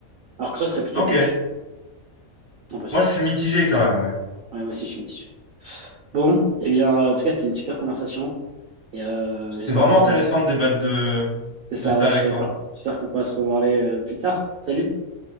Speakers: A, on the right; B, on the left.
A: Alors que toi, ce serait plutôt
B: Ok.
A: contre, j'ai l'impression.
B: Moi, je suis mitigé quand même, ouais.
A: Ouais, moi aussi, je suis métis. Bon, eh bien, euh, en tout cas, c'était une super conversation. Et euh,
B: C'était
A: j'espère
B: vraiment
A: qu'on pourra
B: intéressant
A: se...
B: de débattre de,
A: C'est ça,
B: de ça
A: ouais, je
B: avec
A: suis d'accord.
B: toi.
A: J'espère qu'on pourra se revoir les, euh, plus tard. Salut!